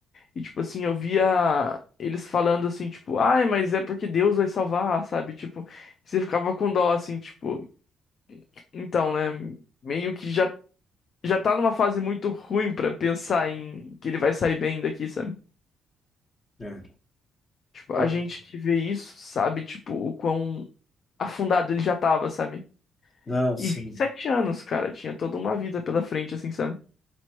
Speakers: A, on the left; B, on the left.
A: E, tipo assim, eu via eles falando assim, tipo, ai, mas é porque Deus vai salvar, sabe? Tipo, você ficava com dó, assim, tipo, então, né? Meio que já, já tá numa fase muito ruim pra pensar em que ele vai sair bem daqui, sabe?
B: É.
A: Tipo,
B: Olha,
A: a gente que vê isso sabe, tipo, o quão afundado ele já tava, sabe?
B: não,
A: E
B: sim.
A: vinte e sete anos, cara, tinha toda uma vida pela frente, assim, sabe?